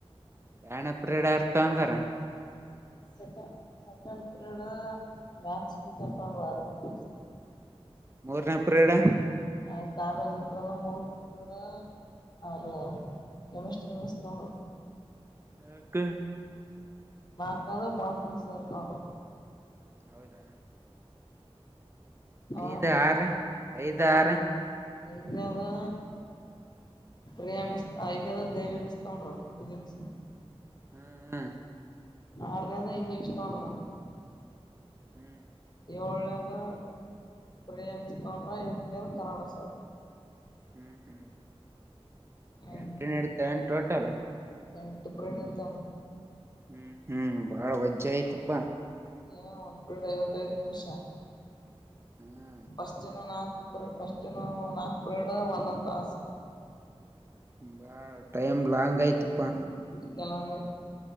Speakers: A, on the right (about 25°); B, on the left (about 45°).
A: ಯಾರ್ಡ್ನೆ ಪಿರಡ ಯಾರ್ ತಾಂದರ.
B: ಸೆಕ ಸೆಕೆಂಡ್ ಪಿರಿಡ್ ಮ್ಯಾಥ್ಸ್ ಟೀಚರ್ ತೋಂಡರ <unintelligible>
A: ಮೂರನೇ ಪಿರಿಡ.
B: ಅ <unintelligible> ಮೂರನೆ ಪಿರಡೂ. ಅವ್ರ ಕೆಮಿಸ್ಟ್ರಿ ಮಿಸ್ ತೋಂಡರು.
A: ಯಾಕ
B: ನಾಕ್ನೇದು ಭಾರತಿ ಮಿಸ್ ಅವ್ರು ತೋಂಡರ.
A: ಹೌದಾ
B: ಆ
A: ಐದು ಆರು ಐದು ಆರು.
B: ಐದ್ನೇದೂ ಪ್ರಿಯಾ ಮಿಸ್ ಐದ್ನೇದು ದೇವಿ ಮಿಸ್ ತಗೊಂಡ್ರ ಫಜಿಕ್ಸ್.
A: ಹ್ಮ ಹಾ
B: ಅರನೇದು ಇಂಗ್ಲೀಷ್ ತೋಂಡರ.
A: ಹ್ಞೂ
B: ಯೋಳನೇದು ಪ್ರಿಯಮಿಸ್ತೋಂಡ್ರ ಎಂಟನೇದು ಕನ್ನಡ ಸರ್.
A: ಹ್ಮ್ ಹ್ಮ್
B: ಹ್ಮ್
A: ಎಂಟನಡ್ತೆವೆನು ಟೋಟಲ್.
B: ಎಂಟು ಪಿರಿಡ್ ನಡ್ತೆವ.
A: ಹ್ಮ್ ಹ್ಮ್ ಬಾಳ ವಜ್ಜೆ ಆಯ್ತಪ್ಪಾ.
B: ಏ ಒನ್ಪರಡು ಐವತ್ತೈವತ್ತ್ ನಿಮಿಷ.
A: ಹ್ಮ್
B: ಫಸ್ಟಿನವು ನಾಕು ಪರ ಫಸ್ಟಿನವು ನಾಕು ಪಿರಡೂ ಒಂದೊಂದ್ ತಾಸು.
A: ಬಾಳ್ ಟೈಮ್ ಲಾಂಗ್ ಆಯ್ತಪ್ಪಾ.
B: ಬಗ್ಗೆ ಲಾಂಗ್ ಆಯ್ತು.